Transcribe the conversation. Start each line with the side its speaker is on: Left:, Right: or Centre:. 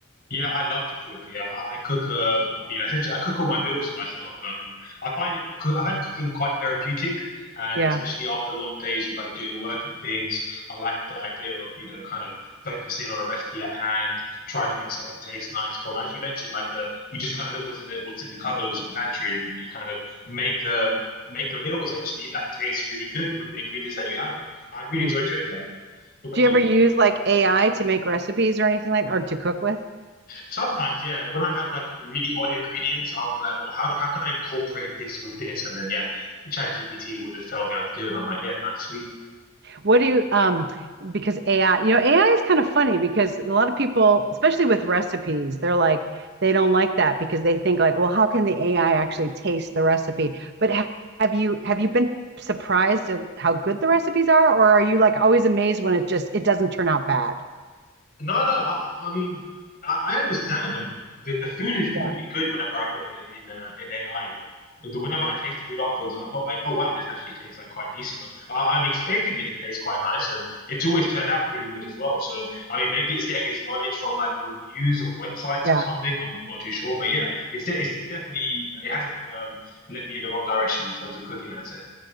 Left: Yeah, I love to cook. Yeah, I, I cook. Uh, I mean, essentially, I cook all my meals myself. Um, I find it. coo- I find cooking quite therapeutic, and
Right: Yeah.
Left: especially after long days of like doing work and things, I like the idea of you know kind of focusing on a recipe at hand, trying to make something taste nice from. As you mentioned, like uh, you just kind of look what's in the what's in the cupboard, what's in the pantry, and you kind of make a make a meal essentially that tastes really good with the ingredients that you have. I really
Right: Mm.
Left: enjoy doing that. What about
Right: Do you
Left: you?
Right: ever use like AI to make recipes or anything like that, or to cook with?
Left: Sometimes, yeah, when I have like really odd ingredients, I'll be like, oh, how do, how can I incorporate this with this? And then yeah, ChatGPT will just tell me how to do it. And I'm like, yeah, nice, sweet.
Right: What do you um because AI, you know, AI is kind of funny because a lot of people, especially with recipes, they're like they don't like that because they think like, well, how can the AI actually taste the recipe? But ha- have you have you been surprised at how good the recipes are or are you like always amazed when it just it doesn't turn out bad?
Left: No, no. I, I mean, I, I understand. Like the, the food is normally
Right: Yeah.
Left: good whenever I put it in uh, in AI. The, whenever I taste the food afterwards, I'm not like, oh wow, this actually tastes like quite decent. I, I'm expecting it to taste quite nice, and it's always turned out pretty good as well. So I mean, maybe it's getting its knowledge from like reviews of websites
Right: Yeah.
Left: or something. I'm not too sure, but yeah, it's de it's definitely it hasn't um, led me in the wrong direction in terms of cooking, I'd say.